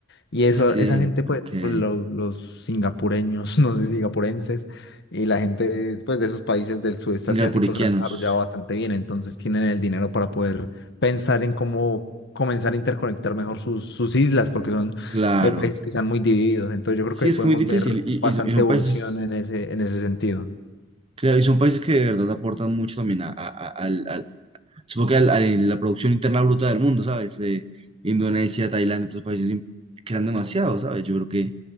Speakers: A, on the left; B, on the right.
A: Y eso,
B: Sí,
A: esa gente,
B: ok.
A: pues, pues, lo- los, singapureños, <laughs> no sé, singapurenses, y la gente, pues, de esos países del sudeste
B: Singapuriquianos,
A: asiático se han desarrollado bastante bien, entonces tienen el dinero para poder pensar en cómo comenzar a interconectar mejor sus, sus islas, porque son
B: claro.
A: eh, países que están muy divididos, entonces yo creo
B: Sí,
A: que ahí
B: es
A: podemos
B: que muy difícil
A: ver
B: y,
A: bastante
B: y son y son
A: evolución
B: países...
A: en ese, en ese sentido.
B: Claro, y son países que de verdad aportan mucho también a, a- a- al, al- supongo que al- a la producción interna bruta del mundo, ¿sabes? Eh, Indonesia, Tailandia, otros países im- crean demasiado, ¿sabes? Yo creo que